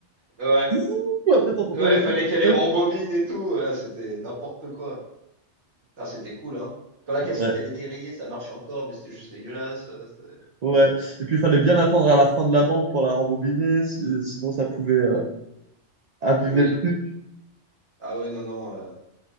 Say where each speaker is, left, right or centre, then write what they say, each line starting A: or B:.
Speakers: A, on the right; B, on the right.
A: Ouais,
B: Ouh Après, t'entendais
A: ouais,
B: les
A: il fallait
B: trucs tourner.
A: qu'elle les rembobine et tout. Ah, c'était n'importe quoi. Non, c'était cool, hein. Quand la cassette
B: Ouais,
A: elle était rayée, ça marchait encore, mais c'était juste dégueulasse. euh, c'est-
B: ouais. Et puis il fallait bien attendre à la fin de la bande pour la rembobiner, si- sinon ça pouvait euh, abîmer
A: Oui.
B: le truc.
A: Ah ouais, non, non. euh,